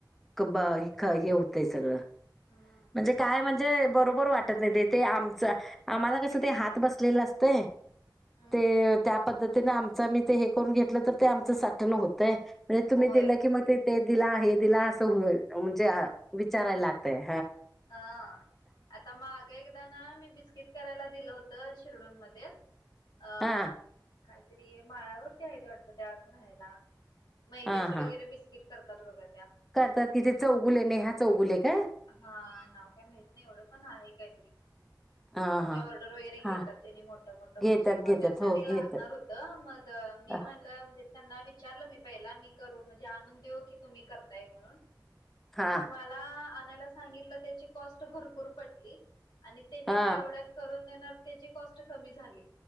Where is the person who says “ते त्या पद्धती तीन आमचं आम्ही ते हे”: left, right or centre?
Centre